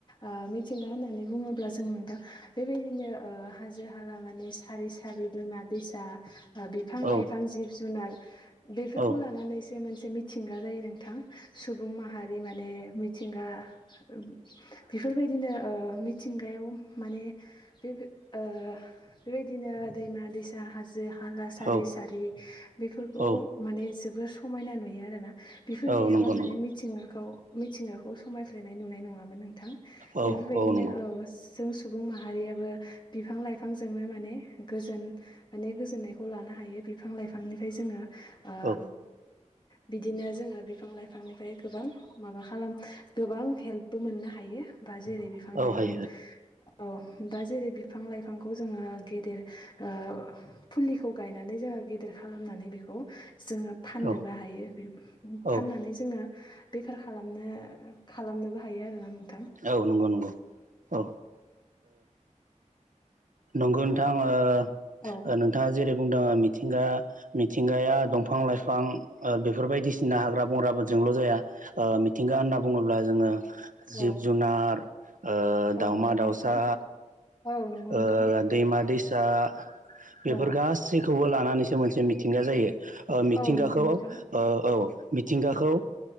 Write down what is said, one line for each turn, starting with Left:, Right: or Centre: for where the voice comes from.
Left: ओ मिथिंगा होननानै बुङोब्ला जों नोंथां बेबायदिनो ओ ओ हाजो हाला माने सारि सारि दैमा दैसा बिफां ओ
Right: औ
Left: लाइफां जिब जुनार बेफोरखौ
Right: औ
Left: लानानैसो मोनसे मिथिंगा जायो नोंथां सुबुं माहारि माने मि मिथिंगा ओब बेफोरबायदिनो ओ मिथिंगायाव माने बेफो ओ बेबायदिनो दैमा दैसा हाजो जो हाला सारि
Right: औ
Left: सारि बेफोरखौ
Right: औ
Left: माने जोबोर समायना नुयो आरोना। बेफोर
Right: औ
Left: गैयाबा
Right: नंगौ
Left: माने
Right: नंगौ
Left: मिथिंगाखौ मिथिंगाखौ समायफ्लेनाय नुनाय नङामोन नों थां
Right: औ
Left: बेफोरबायदिनो
Right: औ नंगौ
Left: औ जों सुबुं माहारियाबो बिफां लाइफांजोंनो माने गोजोन माने गोजोननायखौ लानो हायो बिफां लाइफांनिफ्राय जोङो ओ
Right: औ
Left: बिदिनो जोङो बिफां लाइफांनिफ्राय गोबां माबा खालाम गोबां हेल्पबो मोननो हायो बा जेरै बिफां
Right: औ
Left: लाइफां
Right: हायो
Left: औ दा जेरै बिफां लाइफांखौ जोङो गेदेर ओ फुलिखौ गायनानै जों गेदेर खालामनानै बेखौ जोङो फाननोबो
Right: औ
Left: हायो
Right: औ
Left: फाननानै जोङो बेफार खालामनो खालामनोबो हायो आरो ना नों
Right: औ नंगौ नंगौ औ ओ नंगौ नोंथां। थां ओ
Left: औ
Right: ओ नोंथाङा जेरै बुंदों मिथिंगा मिथिंगाया दंफा बिफां लाइफां बेफोर बायदिसिना हाग्रा बंग्राफोरजोंल' जाया ओ मिथिंगा होनना बुङोब्ला जोङो
Left: औ
Right: जिब जुनार ओ
Left: औ
Right: दाउमा
Left: नंगौ
Right: दाउसा
Left: नोंथां औ नंगौ नोंथां
Right: ओ दैमा दैसा बेफोर
Left: औ
Right: गासैखौबो लानानैसो मोनसे मिथिंगा जायो। ओ मिथिंगाखौ
Left: औ नंगौ नोंथां
Right: ओ औ मिथिंगाखौ